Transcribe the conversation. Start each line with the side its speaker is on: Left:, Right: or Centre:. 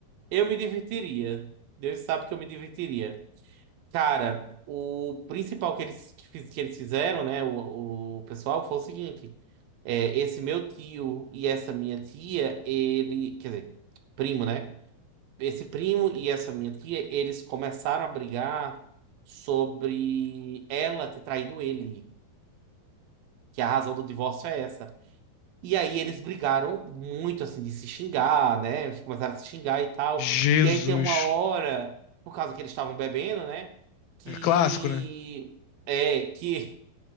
Right: Eu me divertiria. Deus sabe que eu me divertiria. Cara, o principal que eles, que fiz- que eles fizeram, né? O, o pessoal foi o seguinte: é, esse meu tio e essa minha tia, ele. Quer dizer, primo, né? Esse primo e essa minha tia, eles começaram a brigar sobre ela ter traído ele. Que a razão do divórcio é essa. E aí eles brigaram muito, assim, de se xingar, né? Eles Começaram a se xingar e tal.
Left: Jesus.
Right: E aí tem uma hora, por causa que eles estavam bebendo, né? Que.
Left: É clássico, né?
Right: É, que <laughs>